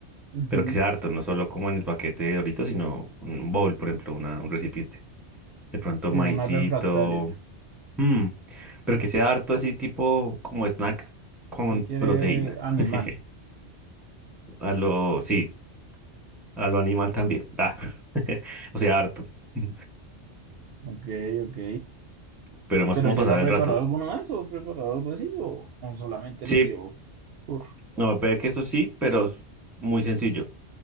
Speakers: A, on the right (about 65°); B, in the centre.
A: Ujú.
B: pero que sea harto, no solo como en el paquete de doritos, sino un bowl, por ejemplo, una, un recipiente. De pronto
A: Sí,
B: maicito.
A: una refractaria.
B: Mm, pero que sea harto así tipo como snack con
A: ¿Usted quiere
B: proteína.
A: animal?
B: <laughs> A lo, sí, a lo animal también. Ah, <laughs> o sea, harto. <laughs>
A: Ok, ok.
B: Pero más
A: ¿Pero
B: como
A: ya
B: pasar
A: lo ha
B: el
A: preparado
B: rato.
A: alguno de eso? ¿Ha preparado algo así? ¿O, o solamente
B: Sí,
A: le dio por?
B: no, ve que eso sí, pero es muy sencillo,